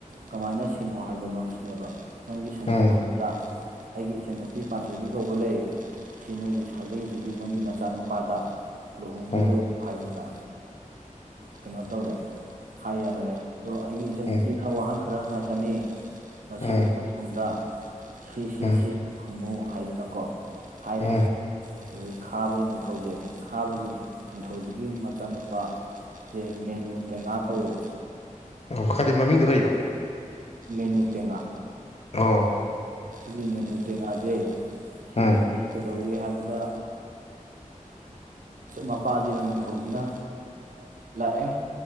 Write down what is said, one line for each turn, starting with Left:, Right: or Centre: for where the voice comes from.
Right: ꯀꯃꯥꯏꯅ ꯁꯤꯡꯉꯣ ꯍꯥꯏꯕꯅꯣ ꯁꯤꯅꯦꯕ ꯅꯪꯒꯤ ꯁꯟꯒꯤ
Left: ꯎꯝ ꯎꯝ
Right: ꯃꯍꯨꯠꯇ ꯑꯩꯒꯤ ꯏꯆꯟꯅꯨꯄꯤ ꯄꯥꯟꯊꯣꯏꯕꯤ ꯀꯧꯕ ꯂꯩ ꯁꯤ ꯅꯣꯏꯒꯤ ꯁꯥꯒꯩꯒꯤꯗꯤ ꯅꯪꯒꯤ ꯅꯆꯥꯅꯨꯄꯥꯗ ꯂꯨꯍꯣꯡꯕꯤꯔꯣ
Left: ꯎꯝ
Right: ꯍꯥꯏꯗꯅ ꯀꯩꯅꯣ ꯇꯧꯔꯦ ꯍꯥꯏ ꯌꯥꯅꯔꯦ ꯑꯗ‌ꯣ ꯑꯩꯒꯤ ꯏꯆꯟꯅꯨꯄꯤꯅ
Left: ꯎꯝ
Right: ꯋꯥꯍꯪ ꯈꯔ ꯈꯔ ꯍꯪꯉꯛꯀꯅꯤ ꯃꯁꯤꯒꯤ
Left: ꯎꯝ
Right: ꯄꯥꯎꯈꯨꯝꯗ ꯁꯤ ꯁꯤ
Left: ꯎꯝ
Right: ꯁꯤ ꯈꯨꯝꯃꯨ ꯍꯥꯏꯗꯨꯅꯀꯣ ꯍꯥꯏꯔꯦ
Left: ꯎꯝ
Right: ꯑꯗꯒꯤ ꯈꯥꯕꯒꯤ ꯅꯤꯡꯊꯧꯁꯦ ꯈꯥꯕꯒꯤ ꯅꯤꯡꯊꯧꯁꯤꯒꯤ ꯃꯆꯥꯅꯨꯄꯥ ꯁꯦ ꯃꯦꯅꯨꯇ‌ꯦꯉꯥ ꯀꯧꯋꯦꯕ
Left: ꯑꯣ ꯈꯔꯗꯤ ꯃꯃꯤꯡꯗꯨꯣ ꯀꯔꯤꯕ
Right: ꯃ‌ꯦꯅꯨꯇ‌ꯦꯉꯥ
Left: ꯑꯣ
Right: ꯁꯤꯒꯤ ꯃ‌ꯦꯅꯨꯇꯦꯉꯥ ꯖꯦ ꯁꯤꯖꯤꯅ
Left: ꯎꯝ
Right: ꯀꯩꯗꯧꯋꯤ ꯇꯧꯒꯦ ꯍꯥꯏꯕꯗ ꯃꯄꯥꯁꯤꯅ ꯅꯤꯡꯊꯧꯁꯤꯅ ꯂꯥꯛꯑꯦ